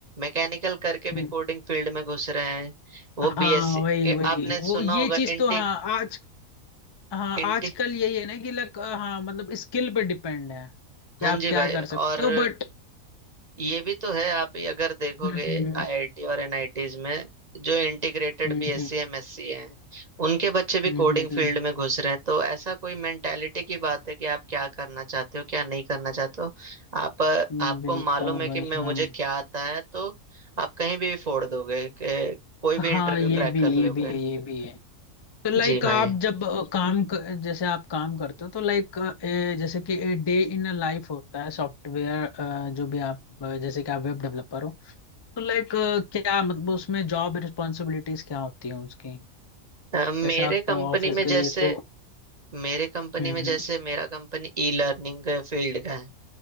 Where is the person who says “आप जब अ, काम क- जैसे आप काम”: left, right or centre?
Left